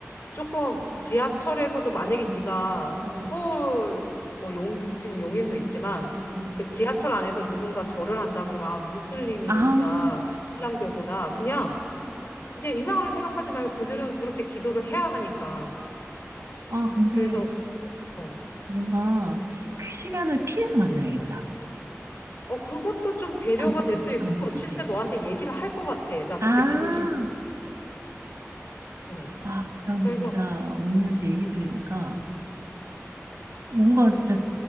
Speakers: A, on the left; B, on the right.
A: 조금 지하철에서도 만약에 네가
B: 어.
A: 서울, 뭐 용, 지금 용인도 있지만
B: 어.
A: 그 지하철 안에서 누군가 절을 한다 그러면 아, 무슬림이구나,
B: 아,
A: 이슬람교구나. 그냥 그냥 이상하게 생각하지 말고 그들은 그렇게 기도를 해야 하니까.
B: 아, 근데
A: 그래서, 어,
B: 뭔가 그 시간을 피해서 만나야겠다.
A: 어, 그것도 좀 배려가
B: 방법이지,
A: 될 수 있고,
B: 방법이지.
A: 실제 너한테 얘기를 할 것 같아. 나
B: 아,
A: 그때 기도 시간. 어.
B: 와, 나 근데
A: 그래서,
B: 진짜 언니한테 얘기 들으니까 뭔가 진짜